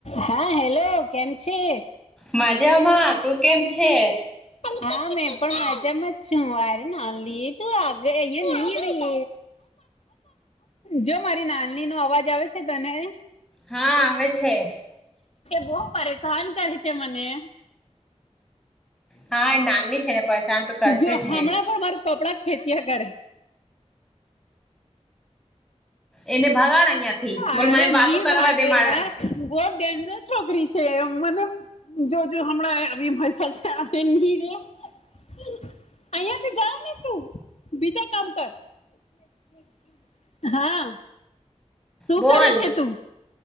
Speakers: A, on the left; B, in the centre.
A: હા હેલો કેમ છે.
B: મજામાં તું કેમ છે.
A: હા મેં પણ માજામાં જ છું આરે ના લ તું આગળ અહં લઈ રહી જો મારી નાની નો અવાજ આવે છે તને.
B: હા આવે છે.
A: બહુ પરેશાન કર છે મને
B: હા એ નાની છે ને પરેશાન તો કરશે
A: જો
B: જ
A: હમણાં
B: ને.
A: પણ મારું કપડા ખેંચ્યા કરે
B: એને ભગાડ અહીયા થી બોલ
A: અરે
B: મને વાતો
A: ની
B: કરવા
A: ભાગે
B: દે મારા
A: યાર બહુ ડેન્જર છોકરી છે એ મને જોજ હમણાં ની અહીંયા થી જા ને તું બીજા કામ કર. <unintelligible> <inaudible> <inaudible> હા. શું
B: બોલ
A: કરે છે તું